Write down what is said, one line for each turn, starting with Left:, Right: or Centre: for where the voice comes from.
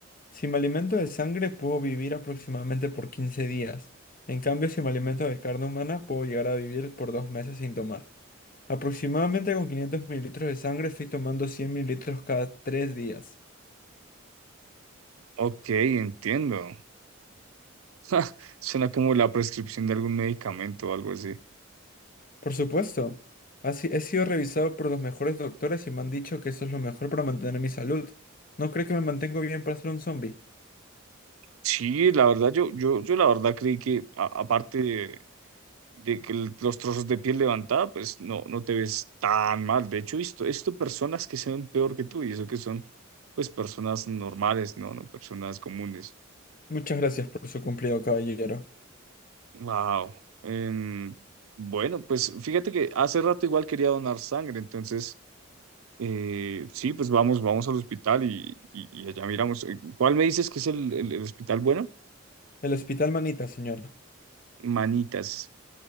Left: Si me alimento de sangre puedo vivir aproximadamente por 15 días. En cambio, si me alimento de carne humana puedo llegar a vivir por dos meses sin tomar. Aproximadamente con 500 mililitros de sangre estoy tomando 100 mililitros cada tres días.
Right: Ok, entiendo. <laughs> Suena como la prescripción de algún medicamento o algo así.
Left: Por supuesto, ha si- he sido revisado por los mejores doctores y me han dicho que eso es lo mejor para mantener mi salud. No cree que me mantengo bien para ser un zombie.
Right: Sí, la verdad, yo, yo, yo la verdad creí que, a- aparte de que el- los trozos de piel levantada, pues no, no te ves tan mal. De hecho, he visto, he visto personas que se ven peor que tú y eso que son, pues, personas normales, ¿no? No personas comunes.
Left: Muchas gracias por su cumplido, caballero.
Right: Wow. Em, bueno, pues fíjate que hace rato igual quería donar sangre, entonces, eh, sí, pues vamos, vamos al hospital y, y- y allá miramos. Eh, ¿Cuál me dices que es el, el el hospital bueno?
Left: El hospital Manita, señora.
Right: Manitas.